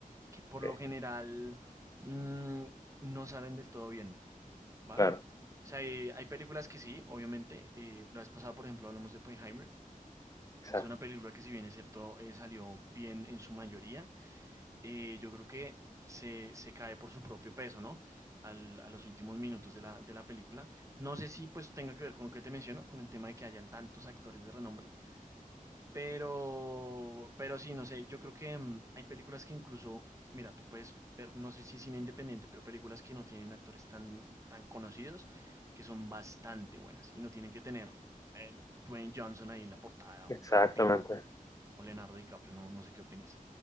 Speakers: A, on the right; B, on the left.
A: que por
B: sí,
A: lo general mm, no salen del todo bien, ¿va?
B: claro,
A: O sea, hay, hay películas que sí, obviamente. eh, la vez pasada, por ejemplo, hablamos de Oppenheimer,
B: exacto,
A: que es una película que si bien es cierto, eh, salió bien en su mayoría eh, yo creo que se, se cae por su propio peso, ¿no? Al- a los últimos minutos de la, de la película. No sé si pues tenga que ver con lo que te menciono, con el tema de que hayan tantos actores de renombre, pero, pero sí, no sé, yo creo que mm, hay películas que incluso, mira, tú puedes ver, no sé si cine independiente, pero películas que no tienen actores tan, tan conocidos, que son bastante buenas y no tienen que tener eh, Dwayne Johnson ahí en la portada
B: exactamente,
A: o Brad Pitt o Leonardo DiCaprio, no, no sé qué opines.